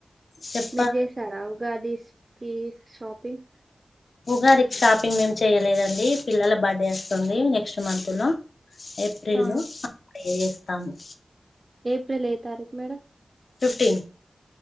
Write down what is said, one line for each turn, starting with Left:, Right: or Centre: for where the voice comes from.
Left: చెప్పాలి
Right: మీర చెసారా ఉగాదికి షాపింగ్
Left: ఉగాదికి షాపింగ్ మేం చెయ్యలేదండి పిల్లల బర్త్డే వస్తుంది నెక్స్ట్ మంత్ లో ఏప్రిల్
Right: ఆ
Left: లో చేస్తాము
Right: ఎల్ ఏ తారీఖ మేడంమ్
Left: ఫిఫటీన్